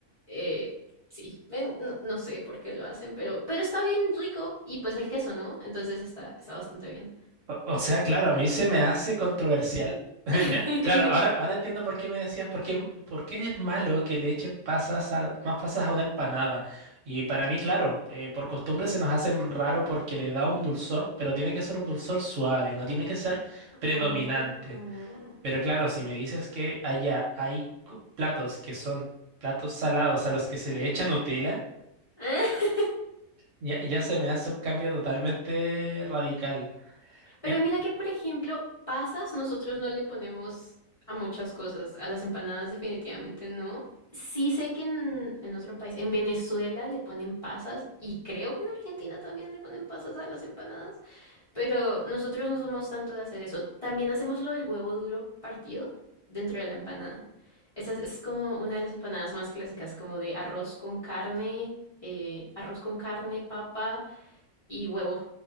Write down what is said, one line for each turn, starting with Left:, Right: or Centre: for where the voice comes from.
Left: Eh, sí, ven, no, no sé por qué lo hacen, pero, pero está bien rico. Y pues el queso, ¿no? Entonces está, está bastante bien.
Right: O, o sea, claro, a mí se me hace controversial. <laughs>
Left: <laughs>
Right: Me- claro, ahora, ahora entiendo por qué me decías, por qué, por qué es malo que le echen pasas a- más pasas a una empanada. Y para mí, claro, eh, por costumbre se nos hace raro porque le da un dulzor, pero tiene que ser un dulzor suave, no tiene que ser
Left: Mm.
Right: predominante. Pero claro, si me dices que allá hay co- platos que son platos salados a los que se le echa Nutella,
Left: <laughs>
Right: ya, ya se me hace un cambio totalmente radical.
Left: Pero
Right: En-
Left: mira que, por ejemplo, pasas, nosotros no le ponemos a muchas cosas, a las empanadas definitivamente no. Sí sé que en, en otro país, en Venezuela le ponen pasas y creo que en Argentina también le ponen pasas a las empanadas, pero nosotros no somos tanto de hacer eso. También hacemos lo del huevo duro partido dentro de la empanada. Esa es, es como una de las empanadas más clásicas, como de arroz con carne, eh, arroz con carne, papa y huevo.